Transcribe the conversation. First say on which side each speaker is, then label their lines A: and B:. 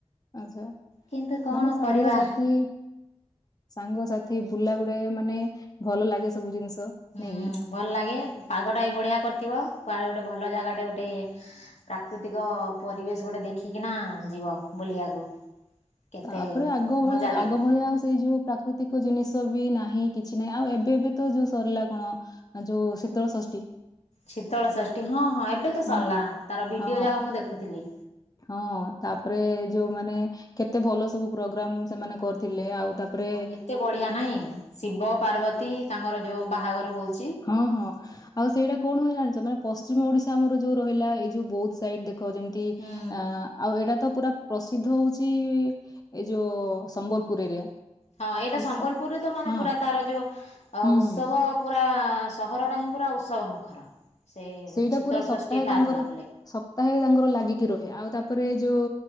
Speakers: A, on the left; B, on the left.
A: ଆଛା
B: କିନ୍ତୁ କ'ଣ
A: ମାନେ ସାଙ୍ଗସାଥି
B: କରିବା
A: ସାଙ୍ଗସାଥି ବୁଲା ଗୁଡେ ମାନେ ଭଲ ଲାଗେ ସବୁ ଜିନିଷ।
B: ହୁଁ
A: ନାଇଁକି
B: ଭଲ ଲାଗେ ପାଗଟା ଏ ଭଳିଆ କରିଥିବ କୁଆଡେ ଗୋଟେ ଭଲ ଜାଗାଟେ ଗୋଟେ ପ୍ରାକୁତିକ ପରିବେଶ ଗୋଟେ ଦେଖିକି ନା ଯିବ ବୁଲିବାକୁ। କେତେ
A: ତାପରେ ଆଗ ଭଳିଆ
B: ମଜା ଲାଗିବ
A: ଆଗ ଭଳିଆ ଆଉ ସେଇ ଯୋଉ ପ୍ରାକୃତିକ ଜିନିଷ ବି ନାହିଁ କିଛି ନାହିଁ ଆଉ ଏବେ ବି ତ ଯୋଉ ସରିଲା କଣ ଆ ଯୋଉ ଶୀତଳ ଷଷ୍ଠୀ
B: ଶୀତଳଷଷ୍ଠୀ ହଁ ହଁ ଏବେ ତ
A: ହଁ
B: ସରିଲା ତାର ଭିଡିଓ
A: ହଁ
B: ଯାକ ମୁଁ ଦେଖୁଥିଲି
A: ହଁ ତାପରେ ଯୋଉମାନେ କେତେ ଭଲ ସବୁ ପ୍ରୋଗ୍ରାମ ସେମାନେ କରିଥିଲେ ଆଉ ତାପରେ
B: ହଁ କେତେ ବଢିଆ ନାଇଁ ଶିବ ପାର୍ବତୀ ତାଙ୍କର ଯୋଉ ବାହାଘର ହଉଚି
A: ହଁ ହଁ। ଆଉ ସେଇଟା କୋଡେ ହୁଏ ଜାଣିଛ ତମେ ପଶ୍ଚିମ ଓଡ଼ିଶା ଆମର ଯୋଉ ରହିଲା ଏଇ ଯଉ ବୋଥ ସାଇଡ ଦେଖ ଯେମିତି ଟି
B: ହୁଁ
A: ଆଁ ଆଉ ଏଇଟା ତ ପୁରା ପ୍ରସିଦ୍ଧ ହଉଛି ଏଇ ଯୋଉ ସମ୍ବଲପୁର ଏରିଆ।
B: ହଁ ଏଇଟା
A: ସେ
B: ସମ୍ବଲପୁରରେ
A: ସ
B: ତ ମାନେ
A: ହଁ
B: ପୁରା ତାର ଯୋଉ ଅ
A: ହୁଁ
B: ଉତ୍ସବ
A: ହୁଁ
B: ପୁରା ସହର ଟା ହିଁ ପୁରା ଉତ୍ସବ ମୁଖର ସେ
A: ସେଇଟା
B: ଶୀତଳଷଷ୍ଠୀ
A: ପୁରା ସପ୍ତାହେ
B: ଟା
A: ତାଙ୍କର
B: ଥିଲା ବେଲେ
A: ସପ୍ତାହେ ତାଙ୍କର ଲାଗିକି ରହେ ଆଉ ତାପରେ ଯୋଉ